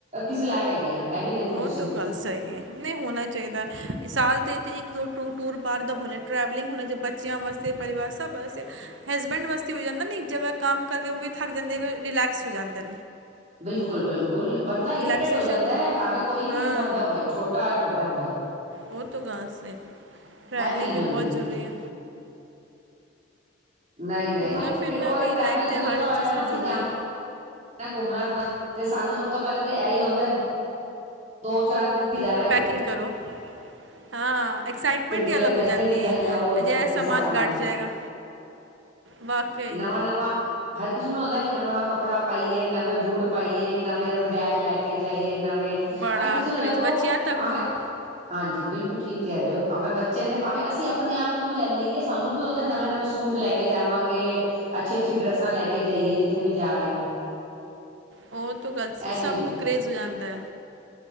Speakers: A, on the right; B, on the right.
A: ਕਿਸ ਲੈਕ ਹੈਗੇ ਹਾਂ। ਇਹ ਵੀ ਦੇਖੋ
B: ਉਹ
A: ਤੁਸੀਂ
B: ਤਾਂ ਗੱਲ ਸਹੀ ਹੈ। ਨਹੀਂ ਹੋਣਾ ਚਾਹੀਦਾ ਸਾਲ ਅਤੇ ਅਤੇ ਇੱਕ ਦੋ ਟ ਟੂਰ ਬਾਹਰ ਦਾ ਹੋਣਾ ਟਰੈਵਲਿੰਗ ਹੋਣੇ ਜ ਬੱਚਿਆਂ ਵਾਸਤੇ ਪਰਿਵਾਰ ਸਭ ਵਾਸਤੇ ਹਸਬੈਂਡ ਵਾਸਤੇ ਵੀ ਹੋ ਜਾਂਦਾ ਨੇ ਇੱਕ ਜਗ੍ਹਾ ਕੰਮ ਕਰਕੇ ਉਹ ਵੀ ਥੱਕ ਜਾਂਦੇ ਰਿਲੈਕਸ ਹੋ ਜਾਂਦਾ।
A: ਬਿਲਕੁਲ- ਬਿਲਕੁਲ। ਗੁਲ ਬੰਦਾ ਇਰੀਟੇਟ
B: ਰਿਲੈਕਸੇਸ਼ਨ
A: ਹੋ ਜਾਂਦਾ ਹੈ, ਭਾਵੇਂ ਕੋਈ ਵੀ
B: ਹਾਂ
A: ਉਮਰ ਦਾ ਹੋਏ ਛੋਟਾ ਹੋਏ ਵੱਡਾ ਹੋਵੇ
B: ਉਹ ਤੋਂ ਗਾਸਤੇ ਟਰੈਵਲਿੰਗ
A: ਚੀਜ਼
B: ਵੀ
A: ਹੁੰਦੀ
B: ਬਹੁਤ
A: ਹੈਗੀ
B: ਜ਼ਰੂਰੀ ਏ।
A: ਨਹੀ-ਨਹੀਂ
B: ਘੁੰਮਣਾ ਫਿਰਨਾ
A: ਫਿਰ ਉਹੀ
B: ਵੀ
A: ਟਰੈਵਲ
B: ਲਾਈਫ 'ਤੇ
A: ਜਦੋਂ
B: ਹਰ
A: ਪਤਾ
B: ਇੱਕ ਚੀਜ਼
A: ਨਾ
B: ਜ਼ਰੂਰੀ
A: ਅਸੀਂ ਜਾਣਾ
B: ਹੈ
A: ਘੁੰਮਣਾ ਫਿਰਨਾ ਤੇ ਸਾਨੂੰ ਸਭ ਤੋਂ ਪਹਿਲੇ ਤਾਂ ਇਹੀ ਹੁੰਦਾ ਦੋ ਚਾਰ ਦਿਨ ਗੁਜ਼ਾਰਾ ਹੀ
B: ਪੈਕਿੰਗ ਕਰੋ ਹਾਂ ਐਕਸਾਈਟਮੈਂਟ
A: ਫਿਰਦੇ
B: ਹੀ ਅਲੱਗ
A: ਰਹਿਣਾ
B: ਹੋ
A: ਇੱਥੇ
B: ਜਾਂਦੀ
A: ਵੀ ਜਾ
B: ਹੈ
A: ਲਓ ਓਦ
B: ਅਜੇ
A: ਹਿਸਾਬ
B: ਸਮਾਨ
A: ਨਾਲ
B: ਘੱਟ ਜਾਏਗਾ। ਵਾਕਈ
A: ਨਵਾਂ-ਨਵਾਂ ਹਰ ਕਿਸੇ ਨੂੰ ਅਗਰ ਨਵਾਂ-ਨਵਾਂ ਕੱਪੜਾ ਪਾਈਏ ਨਵੇਂ ਬੂਟ ਪਾਈਏ ਨਵੇਂ-ਨਵੇਂ ਬੈਗ ਲੈ ਕੇ ਜਾਈਏ। ਨਵੇਂ
B: ਬੜਾ
A: ਹਰ ਕਿਸੇ ਨੂੰ
B: ਕਰੇਜ਼
A: ਵੇਖੋ
B: ਬੱਚਿਆਂ ਤੱਕ
A: ਭਾਵੇਂ
B: ਨੂੰ
A: ਹਾਂਜੀ ਜੀ ਬਿਲਕੁਲ ਠੀਕ ਕਹਿ ਰਹੇ ਹੋ ਭਾਵੇਂ ਬੱਚੇ ਨੇ ਭਾਵੇਂ ਅਸੀਂ ਆਪਣੇ ਆਪ ਨੂੰ ਵੀ ਲੈ ਲਈਏ ਸਾਨੂੰ ਵੀ ਹੁੰਦਾ ਨਵੇਂ-ਨਵੇਂ
B: ਹਾਂ
A: ਸੂਟ ਲੈ‌ ਕੇ ਜਾਵਾਂਗੇ। ਅੱਛੀ-ਅੱਛੀ ਡਰੈੱਸਾਂ ਲੈ ਕੇ ਜਾਈਏ ਜਿੱਥੇ ਵੀ ਜਾ ਰਹੇ ਹਾਂ।
B: ਉਹ ਤ ਗੱਲ ਸੀ
A: ਇਹ
B: ਸਭ
A: ਚੀਜ਼ ਹੁੰਦੀ
B: ਨੂੰ ਕਰੇਜ਼
A: ਹੈ
B: ਹੋ ਜਾਂਦਾ।